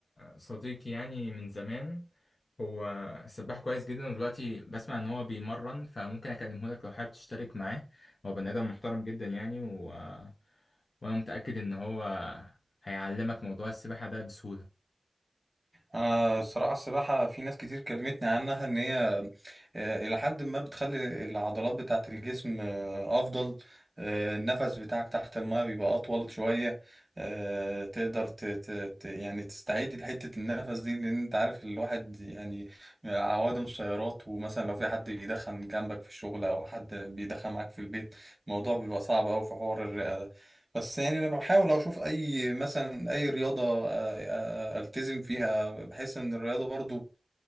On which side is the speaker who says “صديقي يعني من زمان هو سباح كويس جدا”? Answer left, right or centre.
Left